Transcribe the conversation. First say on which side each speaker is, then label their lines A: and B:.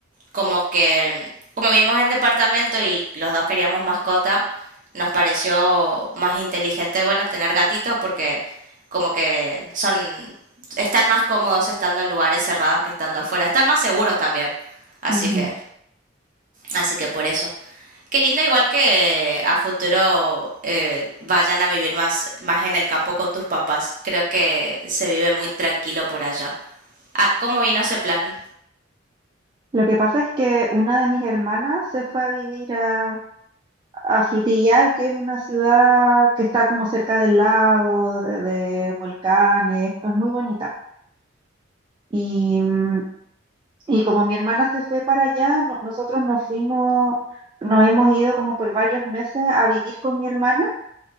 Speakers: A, on the right; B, on the right.
A: como que como vivimos en departamento y los dos queríamos mascota, nos pareció más inteligente, bueno, tener gatitos porque como que son, están más cómodos estando en lugares cerrados que estando afuera, están más seguros también. Así
B: Ujú.
A: que Así que por eso. Qué lindo, igual que a futuro eh, vayan a vivir más, más en el campo con tus papás. Creo que se vive muy tranquilo por allá. Ah, ¿cómo vino ese plan?
B: Lo que pasa es que una de mis hermanas se fue a vivir a, a Frutillar, que es una ciudad que está como cerca del lago, de, de volcanes, es muy bonita. Y, mm, y como mi hermana se fue para allá, no- nosotros nos fuimos, nos hemos ido como por varios meses a vivir con mi hermana